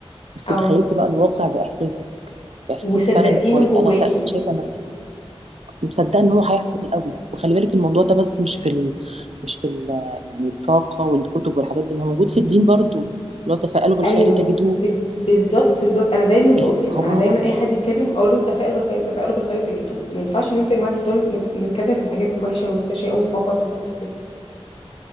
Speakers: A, on the right; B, on the left.
A: بس
B: اه
A: تخيلتي بقى الواقع باحساسك باحساسك
B: وصدقتيه
A: فعلا الكويس
B: من جواكي
A: انا سا- شايفه نفسي مصدقه ان هو هيحصل قوي وخلي بالك الموضوع ده بس مش في ال... مش في ال... يعني الطاقه والكتب والحاجات دي ما هو موجود في الدين برضو لو تفاءلوا بالخير
B: ايوه
A: تجدوه
B: ب- بالظبط بالظبط انا دايما بقول
A: إيه
B: كده
A: هو
B: انا دايما اي حد يتكلم اقول له تفائلوا بالخير تفائلوا بالخير تجدوه ما ينفعش ان انتوا يا جماعه تفضلوا نت- نتكلم في الحاجات الوحشه والتشاؤم فقط والحاجات دي